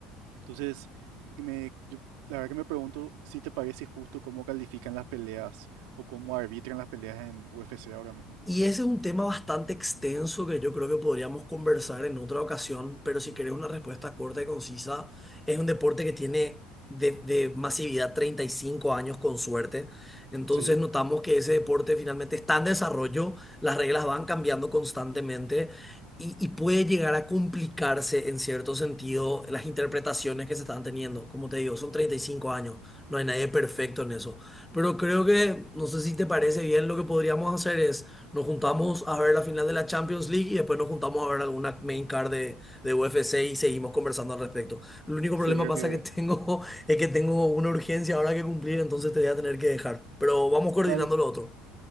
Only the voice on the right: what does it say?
Entonces, me- yo, la verdad que me pregunto si te parece justo cómo califican las peleas o cómo arbitran las peleas en UFC ahora mismo.
Sí,
sí,
yo
creo que...
Dale,